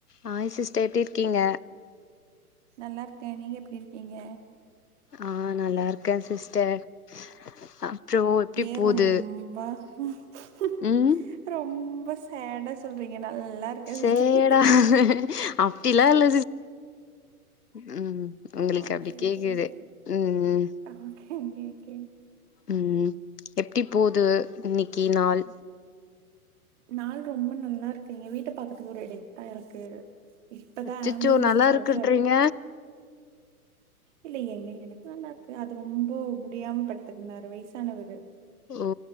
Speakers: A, on the left (about 85°); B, on the right (about 50°).
A: Hi sister எப்டி இருக்கீங்க?
B: நல்லா இருக்கே நீங்க எப்படி இருக்கீங்க?
A: ஆஹ் நல்லா இருக்கே சிஸ்டர் அப்றோ எப்டி
B: ஏன்
A: போது
B: ரொம்ப ரொம்ப
A: ம்
B: ரொம்ப சேடா சொல்றீங்க நல்லா இருக்கே
A: சேடா
B: சிஸ்டர்
A: அப்டிலா இல்ல உம் உம் உங்களுக்கு
B: ஓகே
A: அப்டி
B: ஓகே
A: கேக்குது
B: ஓகே
A: உம் உம்
B: ஓகே ஓகே ஓகே
A: உம் எப்டி போது இன்னிக்கி நாள்
B: நாள் ரொம்ப நல்லாருக்கு எங்க வீட்டு பாக்கத்துல ஒரு <unintelligible> இருக்கு இப்பதா
A: அச்சச்சோ
B: ஆம்புலன்ஸ்
A: நல்லா
B: கிராஸ்
A: இருக்குன்றீங்க
B: இல்லைங்க இல்லைங்க எனக்குலா நல்லாருக்கு அது ரொம்ப முடியாம படுத்து‌‌ இருந்தாரு வயசானவரு
A: ஓ